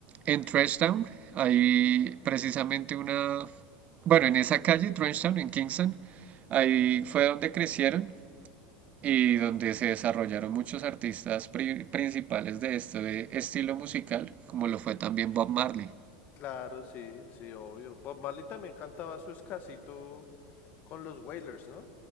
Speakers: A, on the right; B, on the left.
A: en Trenchtown hay precisamente una, bueno, en esa calle, Trenchtown, en Kingston, ahí fue donde crecieron y donde se desarrollaron muchos artistas pri- principales de este estilo musical, como lo fue también Bob Marley.
B: Claro, sí, sí, obvio. Bob Marley también cantaba su escasito con los Wailers, ¿no?